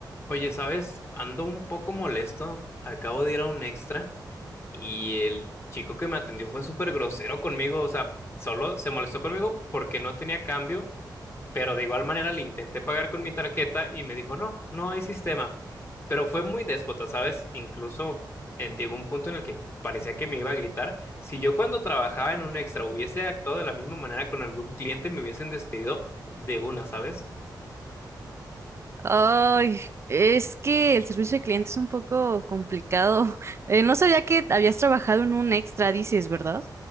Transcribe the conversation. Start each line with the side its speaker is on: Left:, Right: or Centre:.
Left: Oye, ¿sabes? Ando un poco molesto. Acabo de ir a un extra y el chico que me atendió fue súper grosero conmigo. O sea, solo se molestó conmigo porque no tenía cambio, pero de igual manera le intenté pagar con mi tarjeta y me dijo, no, no hay sistema. Pero fue muy déspota, ¿sabes? Incluso eh, llegó un punto en el que parecía que me iba a gritar. Si yo cuando trabajaba en un extra hubiese actuado de la misma manera con algún cliente, me hubiesen despedido de una, ¿sabes?
Right: Ay, es que el servicio de cliente es un poco complicado. <laughs> Eh, no sabía que habías trabajado en un extra, dices, ¿verdad?